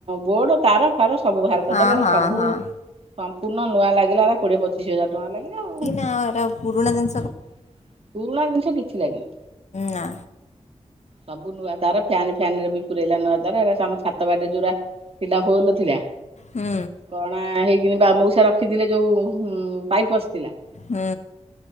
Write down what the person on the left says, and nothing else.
ହଁ
ହଁ
ହଁ
ହଁ ଏରା ପୁରୁଣା ଜିନ
ନା
ହୁଁ।
ହୁଁ।